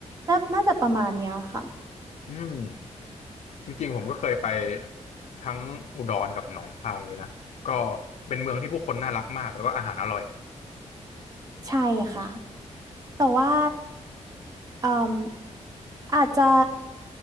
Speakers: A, on the right; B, on the left.
A: น่าน่าจะประมาณเนี้ยค่ะ
B: อืมจริงๆผมก็เคยไปทั้งอุดรกับหนองคายเลยนะก็เป็นเมืองที่ผู้คนน่ารักมากแล้วก็อาหารอร่อย
A: ใช่ค่ะแต่ว่าเอ่มอาจจะ